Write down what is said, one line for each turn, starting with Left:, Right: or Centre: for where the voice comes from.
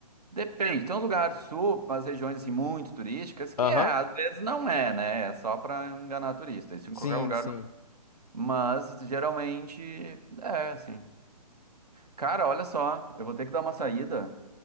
Right: Depende, tem uns lugares sul, as regiões assim muito turísticas, que
Left: Aham,
Right: é, às vezes não é, né? É só pra enganar turista, isso em
Left: Sim,
Right: qualquer lugar.
Left: sim.
Right: Mas geralmente é assim. Cara, olha só, eu vou ter que dar uma saída,